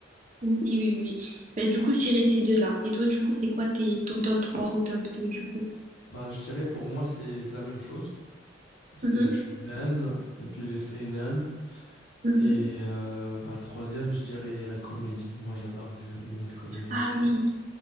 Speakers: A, on the right; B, on the left.
A: oui, oui. oui. Ben, du coup, je dirais ces deux-là. Et toi, du coup, c'est quoi tes, ton top 3 ou top 2 du coup?
B: Ben, je dirais pour moi, c'est c'est la même chose. C'est
A: Mhm.
B: les shonen et puis les seinen.
A: Mhm.
B: Et euh, bah, le troisième, je dirais la comédie. Moi, j'adore les animés de comédie
A: Ah
B: aussi.
A: oui,